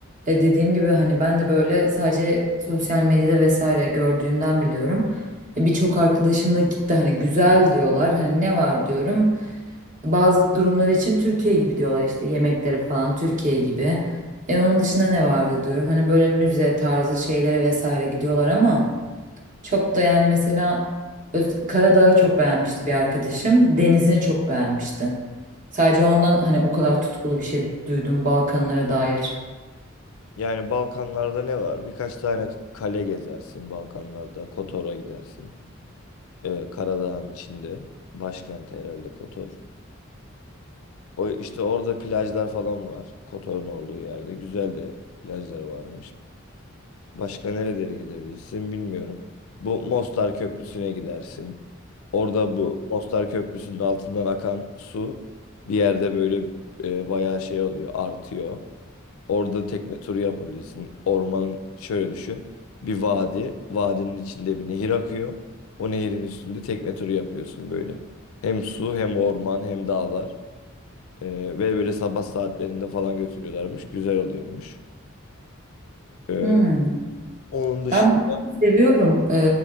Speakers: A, on the right (about 40°); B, on the left (about 85°).
A: e, dediğim gibi hani ben de böyle sadece sosyal medyada vesaire gördüğümden biliyorum. E, birçok arkadaşım da gitti hani güzel diyorlar. Hani ne var diyorum. Bazı durumlar için Türkiye gibi diyorlar işte yemekleri falan Türkiye gibi. E onun dışında ne vardı diyorum. Hani böyle müze tarzı şeylere vesaire gidiyorlar ama çok da yani mesela Öz- Karadağ'ı çok beğenmişti bir arkadaşım. Denizini çok beğenmişti. Sadece ondan hani o kadar tutkulu bir şey duydum Balkanlara dair.
B: Yani Balkanlarda ne var? Birkaç tane kale gezersin Balkanlarda. Kotor'a gidersin. Ee, Karadağ'ın içinde. Başkenti herhalde Kotor. O işte orada plajlar falan var. Kotor'un olduğu yerde. Güzel de plajları varmış. Başka nerelere gidebilirsin bilmiyorum. Bu Mostar Köprüsü'ne gidersin. Orada bu Mostar Köprüsü'nün altından akan su bir yerde böyle e, bayağı şey oluyor, artıyor. Orada tekne turu yapabilirsin. Ormanın şöyle düşün. Bir vadi, vadinin içinde bir nehir akıyor. O nehirin üstünde tekne turu yapıyorsun böyle. Hem su hem orman hem dağlar. E, ve böyle sabah saatlerinde falan götürüyorlarmış. Güzel oluyormuş. E,
A: Hmm.
B: onun dışında
A: Ben seviyorum e,